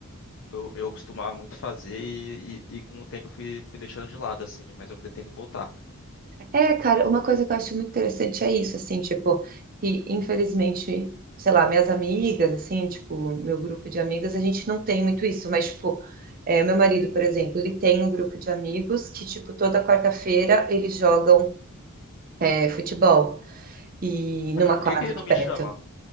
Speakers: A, on the left (about 60°); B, on the right (about 40°).
A: eu, eu costumava muito fazer e, e- e com o tempo eu fui, fui deixando de lado, assim, mas eu pretendo voltar.
B: É, cara, uma coisa que eu acho muito interessante é isso, assim, tipo, que infelizmente, sei lá, minhas amigas, assim, tipo, meu grupo de amigas, a gente não tem muito isso, mas, tipo, é, meu marido, por exemplo, ele tem um grupo de amigos que, tipo, toda quarta-feira eles jogam, é, futebol e numa
A: Ah, por
B: quadra
A: que que ele não
B: aqui
A: me
B: perto.
A: chama?